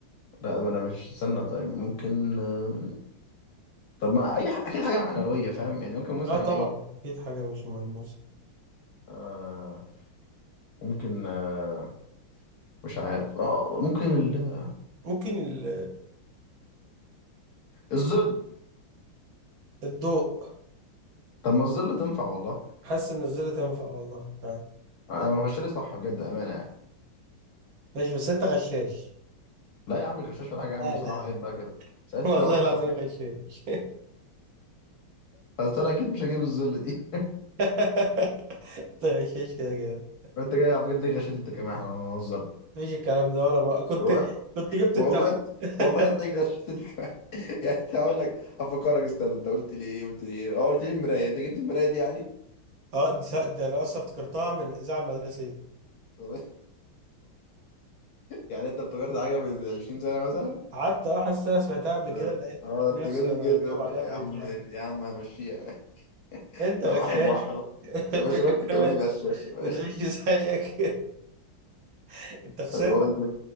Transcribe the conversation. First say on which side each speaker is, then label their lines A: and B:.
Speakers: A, on the left (about 60°); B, on the right (about 55°).
A: لا ما انا مش استنى طيب ممكن آه، طب ما اي ح- اكيد حاجه معنويه فاهم يعني ممكن مثلا
B: اه طبعا
A: ايه
B: أكيد حاجة مش ملموسة
A: آه ممكن آه مش عارف آه آه، ممكن ال...
B: ممكن ال-
A: الظل
B: الضوء
A: طب ما الظل تنفع والله
B: حاسس إن الزر تنفع والله آه.
A: انا ما فشلت صح بجد امانه يعني
B: ماشي بس أنت غشاش
A: لا يا عم الغشاش ولا
B: لا
A: حاجه يا عم بصراحه
B: لا لا
A: عيب بقى كده سالت
B: والله
A: فيها واحد
B: العظيم
A: صاحبي
B: غشاش
A: بس انا اكيد مش هجيب الظل دي
B: <laughs> انت غشاش كده كده
A: انت جاي على فكره ليه غشيت انت كمان احنا هنهزر
B: مفيش الكلام ده ولا ما كنت
A: <laughs>
B: كنت جبت
A: والله
B: التفه <laughs>
A: والله تلاقيك غشيت انت كمان <laughs> يعني انت هقول لك افكرك استاذ انت قلت لي ايه قلت لي ايه اه قلت لي المرايه انت جبت المرايه دي يعني
B: اه دي سا- ده انا اصلا افتكرتها من الاذاعه المدرسيه
A: <laughs> والله يعني انت افتكرت حاجه من 20 سنه مثلا
B: قعدت اه حاسس إن انا سمعتها قبل
A: ده-
B: كده لقيت
A: اه
B: نفسي
A: انت جامد
B: وانا
A: جدا
B: بجاوب عليها
A: يا
B: في الاذاعه
A: عم يا عم همشيها <laughs>
B: لقيت انت غشاش
A: واحده بواحده
B: <laughs>
A: بقى. يا باشا
B: فاكر
A: ما انت
B: كل
A: كمان
B: الناس
A: غشاش يا
B: بتغش
A: باشا
B: زيك <laughs> انت خسرت
A: قول لي،